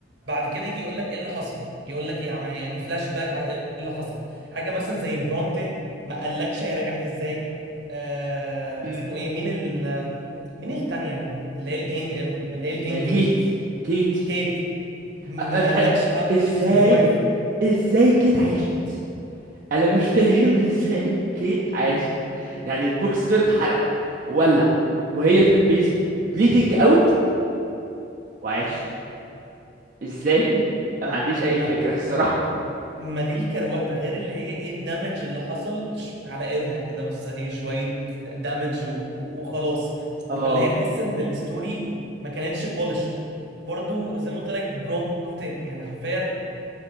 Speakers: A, on the right (about 60°); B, on the right (about 45°).
A: بعد كده يجي يقول لك ايه اللي حصل يقول لك يعني يعني فلاش باك على ايه اللي حصل حاجه مثلا زي برونتي ما قالكش هي رجعت ازاي آه
B: اه
A: اسمه ايه مين ال مين التانية اللي هي الإنج... اللي هي الانجليش
B: آه، كيت كيت
A: كيت ما
B: آه، انا مش
A: قالكش
B: عارف
A: هاو ديد
B: ازاي
A: شي سرفايف
B: ازاي كيت عاشت انا مش فاهم <laughs> ازاي كيت عاشت يعني البوكس ستور اتحرق وولع وهي في البيزمنت بليدنج اوت وعاشت ازاي <laughs> ما عنديش اي
A: ما
B: فكره الصراحه
A: ما دي الكروته غير اللي هي ايه الدمج اللي حصل ش- على ايدها كده بس هي شويه دمج و... و... وخلاص
B: اه
A: فاللي هي تحس ان الستوري ما كانتش بولش برضو زي ما قلت لك برومت يعني حرفيا